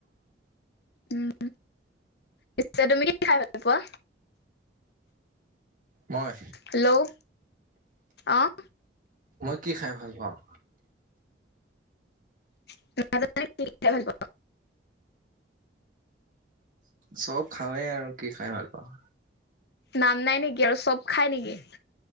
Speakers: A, on the left (about 65°); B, on the right (about 50°).
A: উম, পিছে তুমি কি খায় ভাল পোৱা?
B: মই?
A: হেল্ল' অহ।
B: মই কি খায় ভাল পাওঁ।
A: <unintelligible> কি খায় ভাল পোৱা।
B: চব খাওঁয়েই আৰু কি খায় ভাল পাওঁ।
A: নাম নাই নেকি আৰু চব খায় নেকি?